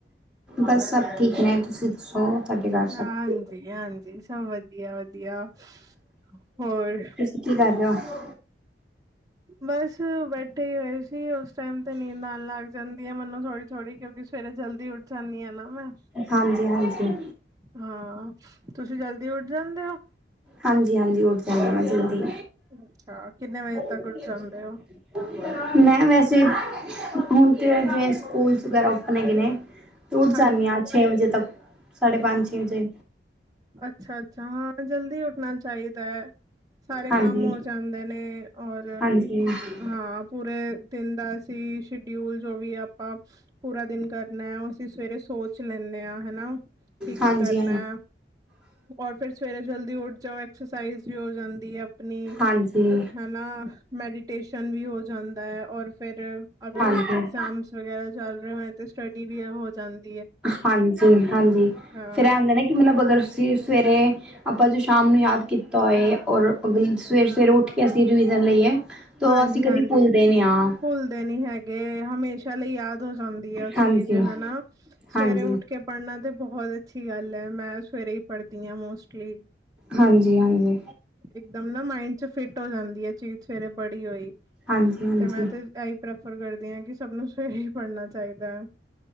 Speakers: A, in the centre; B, on the right.
A: ਬਸ ਸਭ ਠੀਕ ਨੇ ਤੁਸੀ ਦੱਸੋ ਤੁਹਾਡੇ ਘਰ
B: ਹਾਂਜੀ
A: ਸਭ
B: ਹਾਂਜੀ ਸਭ ਵਧੀਆ ਵਧੀਆ ਹੋਰ
A: ਕੀ ਕਰ ਰਹੇ ਹੋ।
B: ਬਸ ਬੈਠੇ ਹੀ ਹੋਏ ਸੀ ਉਸ ਟਾਈਮ ਤੇ ਨੀਂਦ ਆਉਣ ਲੱਗ ਜਾਂਦੀ ਹੈ। ਮੈਨੂੰ ਥੋੜੀ ਥੋੜ੍ਹੀ ਕਿਉਕਿ ਸਵੇਰੇ ਜਲਦੀ ਉਠ ਜਾਣੀ ਆ ਨਾ ਮੈ।
A: ਹਾਂਜੀ ਹਾਂਜੀ।
B: ਹਾਂ ਤੁਸੀ ਜਲਦੀ ਉਡ ਜਾਂਦੇ ਹੋ।
A: ਹਾਂਜੀ ਹਾਂਜੀ ਉਠ ਜਾਂਦਾ ਮੈ ਜਲਦੀ।
B: ਅਛਾ ਕਿੰਨੇ ਵਜੇ- ਤੱਕ
A: <unintelligible>
B: ਉੱਠ ਜਾਂਦੇ ਹੋ?
A: ਮੈਂ ਵੈਸੇ ਹੁਣ ਤੇ ਜਿਵੇ ਸਕੂਲਸ ਵਗੈਰਾ ਓਪਨ ਹੈਗੇ ਨੇ। ਤੋ ਉੱਠ
B: ਹਾਂਜੀ,
A: ਜਾਂਣੀਆ ਹਾਂ ਛੇ ਵਜੇ ਤੱਕ ਸਾਢੇ ਪੰਜ ਛੇ ਵਜੇ।
B: ਅੱਛਾ ਅੱਛਾ ਹਾਂ ਜਲਦੀ ਉਠਨਾਂ ਚਾਹੀਦਾ ਹੈ ਸਾਰੇ
A: ਹਾਂਜੀ
B: ਕੰਮ ਹੋ ਜਾਂਦੇ ਨੇ। ਔਰ
A: ਹਾਂਜੀ ਹਾਂਜੀ
B: ਹਾਂ ਪੂਰੇ ਦਿਨ ਦਾ ਅਸੀਂ ਸ਼ਡਿਊਲ ਜੋ ਵੀ ਆਪਾਂ ਪੂਰਾ ਦਿਨ ਕਰਨਾ ਉਹ ਅਸੀਂ ਸਵੇਰੇ ਸੋਚ ਲੈਂਦੇ ਹਾਂ ਹਨਾ ਕੀ
A: ਹਾਂਜੀ
B: ਕੀ ਕਰਨਾ। ਔਰ ਫਿਰ ਸਵੇਰੇ ਜਲਦੀ ਉੱਠ ਜਾਓ ਐਕਸਰਸਾਈਜ਼ ਵੀ ਹੋ ਜਾਂਦੀ ਹੈ ਆਪਣੀ ਹ।
A: ਹਾਂਜੀ
B: ਨਾਲ ਮੈਡੀਟੇਸ਼ਨ ਵੀ ਹੋ ਜਾਂਦਾ ਹੈ ਔਰ। ਫਿਰ ਅਗਰ
A: ਹਾਂਜੀ
B: ਇਗਜ਼ਾਮਸ ਵਗੈਰਾ ਚੱਲ ਰਹੇ ਹੋਏ ਤਾਂ ਸਟੱਡੀ ਵੀ ਹੋ ਜਾਂਦ।
A: ਹਾਂਜੀ ਹਾਂਜੀ
B: ਹਾਂ
A: ਫੇਰ ਇਹ ਔਦਾ ਨਾ ਕਿ ਮਤਲਬ ਅਗਰ ਤੁਸੀਂ ਸਵੇਰੇ। ਆਪਾਂ ਜੋ ਸ਼ਾਮ ਨੂੰ ਯਾਦ ਕੀਤਾ ਹੋਏ ਔਰ ਅਗਲੇ ਦਿਨ ਸਵੇਰ ਸਵੇਰ ਉੱਠ ਕੇ ਅਸੀਂ ਰਿਵੀਜ਼ਨ ਲਈਏ। ਤੋ
B: ਹਾਂਜੀ
A: ਅਸੀਂ ਕਦੀ
B: ਹਾਂਜੀ
A: ਭੁੱਲਦੇ ਨੇ ਹਾਂ।
B: ਭੁੱਲਦੇ ਨੀ ਹੈਗੇ ਹਮੇਸ਼ਾ ਲਈ ਯਾਦ ਹੋ ਜਾਂਦੀ ਹੈ ਉਹ
A: ਹਾਂਜੀ
B: ਚੀਜ਼ ਹੈਨਾ। ਸਵੇਰੇ
A: ਹਾਂਜੀ
B: ਉੱਠ ਕੇ ਪੜ੍ਹਨਾ ਤਾਂ ਬਹੁਤ ਅੱਛੀ ਗੱਲ ਹੈ ਮੈਂ ਸਵੇਰੇ ਹੀ ਪੜ੍ਹਦੀ ਹਾਂ ਮੋਸਟਲੀ।
A: ਹਾਂਜੀ ਹਾਂਜੀ।
B: ਇੱਕ ਦਮ ਨਾ ਮਾਇੰਡ ਚ ਫਿਟ ਹੋ ਜਾਂਦੀ ਆ ਚੀਜ਼ ਸਵੇਰੇ ਪੜੀ ਹੋਈ
A: ਹਾਂਜੀ ਹਾਂਜੀ
B: ਤੇ ਮੈਂ ਤੇ। ਇਹੀ ਪ੍ਰੈਫਰ ਕਰਦੀ ਹਾਂ ਕਿ ਸਭ ਨੂੰ ਸਵੇਰੇ ਹੀ ਪੜ੍ਹਨਾ ਚਾਹੀਦਾ ਹੈ।